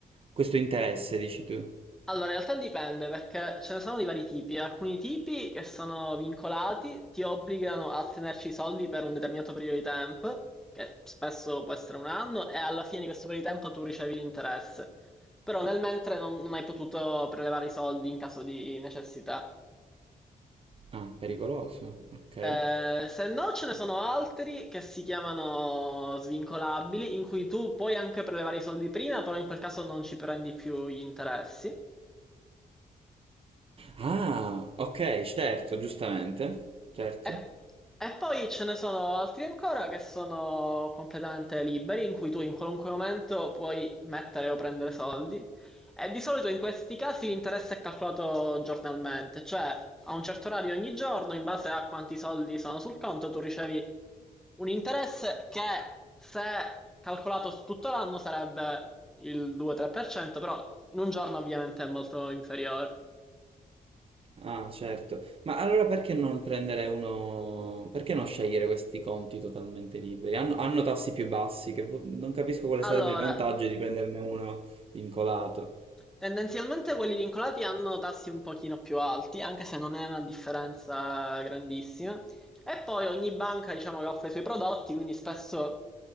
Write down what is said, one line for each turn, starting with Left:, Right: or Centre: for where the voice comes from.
Right: questo interesse, dici tu.
Centre: Allora, in realtà dipende perché ce ne sono di vari tipi. Alcuni tipi che sono vincolati ti obbligano a tenerci i soldi per un determinato periodo di tempo, che spesso può essere un anno, e alla fine di questo periodo di tempo tu ricevi l'interesse. Però nel mentre non, non hai potuto prelevare i soldi in caso di necessità.
Right: Ah, pericoloso, ok.
Centre: Eh, se no, ce ne sono altri che si chiamano svincolabili, in cui tu puoi anche prelevare i soldi prima, però in quel caso non ci prendi più gli interessi.
Right: Ah, ok, certo, giustamente, certo.
Centre: E, e poi ce ne sono altri ancora che sono completamente liberi, in cui tu in qualunque momento puoi mettere o prendere soldi. E di solito in questi casi l'interesse è calcolato giornalmente, cioè a un certo orario ogni giorno, in base a quanti soldi sono sul conto, tu ricevi un interesse che se calcolato su tutto l'anno sarebbe il 2-3%, però in un giorno ovviamente è molto inferiore.
Right: Ah, certo. Ma allora perché non prendere uno... Perché non scegliere questi conti totalmente liberi? Hanno, hanno tassi più bassi, che vo- non capisco quale
Centre: Allora,
Right: sarebbe il vantaggio di prenderne uno vincolato.
Centre: Tendenzialmente quelli vincolati hanno tassi un pochino più alti, anche se non è una differenza grandissima. E poi ogni banca, diciamo, che offre i suoi prodotti, quindi spesso,